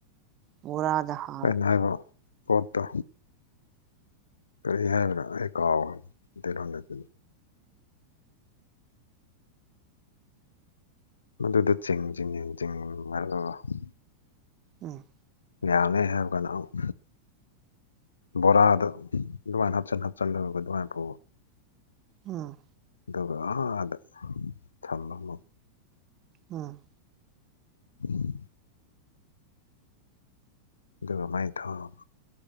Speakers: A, on the right; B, on the left.
A: ꯃ‌ꯣꯔꯥꯗ ꯍꯥꯞ
B: ꯑꯩꯅ ꯍꯥꯏꯕ ꯄꯣꯠꯇꯣ ꯀꯔꯤ ꯍꯥꯏꯗ꯭ꯔꯥ ꯑꯩ ꯀꯥꯎꯕ ꯃꯤꯇꯩꯂ‌ꯣꯟꯗꯗꯤ ꯃꯗꯨꯗ ꯆꯤꯡ ꯆꯤꯡ ꯅꯤꯡ ꯆꯤꯡ <unintelligible>
A: ꯎꯝ
B: ꯌꯥꯅꯤ ꯍꯥꯏꯕꯒꯥꯟꯗ ꯑꯃꯨꯛ ꯕꯣꯔꯥꯗ ꯑꯗꯨꯃꯥꯏꯅ ꯍꯥꯞꯆꯤꯟ ꯍꯥꯞꯆꯤꯟꯂꯒ ꯑꯗꯨꯃꯥꯏꯅ ꯐꯧꯕ
A: ꯎꯝ
B: ꯑꯗꯨꯒ ꯑꯍꯥꯗ ꯊꯝꯕ ꯑꯃꯨꯛ
A: ꯎꯝ
B: <inaudible> ꯑꯗꯨꯒ ꯃꯩ ꯊꯥꯎ